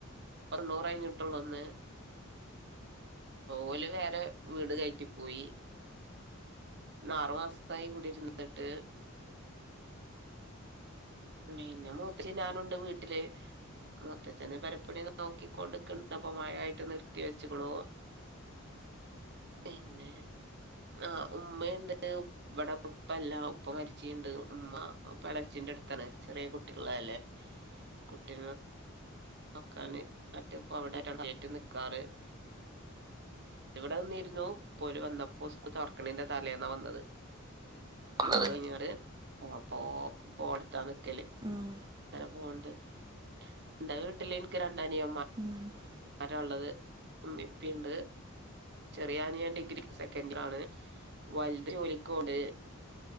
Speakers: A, on the right; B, on the right.
A: തൊണ്ണൂറയ്ഞ്ഞ്ട്ടൊള്ളു ഒന്ന് ഓല് വേറെ വീട് കയറ്റി പോയി ആറു മാസത്തായി കൂടി ഇരുന്നിട്ട് പിന്നെ മൂചിം ഞാനുണ്ട് വീട്ടില് മൂത്തച്ഛന് പെരപ്പണി നോക്കിക്കോണ്ട്ക്ക്ണ് പം മയായിട്ട് നിർത്തി വെച്ച്ക്ക്ണൂ പിന്നെ ആ് ഉമ്മയുണ്ട് ഇവിടെ ഉപ്പല്ല ഉപ്പ മരിച്ചിട്ടുണ്ട് ഉമ്മ എളച്ചിന്റെ അടുത്ത് ത്ത ചെറിയ കുട്ടികള്ളല്ലേ കുട്ടീ നോക്കാന് ന്ട്ട് ഇപ്പ അവിടെ നിക്കാറ് ഇവിടെ നിന്നിരുന്നു പ്പോലെ വന്നപ്പോ സ്കൂള് തൊർക്ക്ണേന്റെ തലേന്നാ വന്നത്
B: വന്നത്
A: തൊണ്ണൂർ കഴിഞ്ഞോണ്ട് അപോ പോ അടുത്താ നിക്കല്
B: ഉം
A: അരെ പോവണ്ട് എന്റെ വീട്ടില് എനിക്ക് രണ്ടനിയമ്മാ
B: ഉം ഉം ഉം
A: വരാള്ളത് ഉമ്മിപ്പിയുണ്ട് ചെറിയ അനിയൻ ഡിഗ്രി സെക്കൻ ഡറി ആണ് വൽത ജോലിക്കോവ്ണ്ട്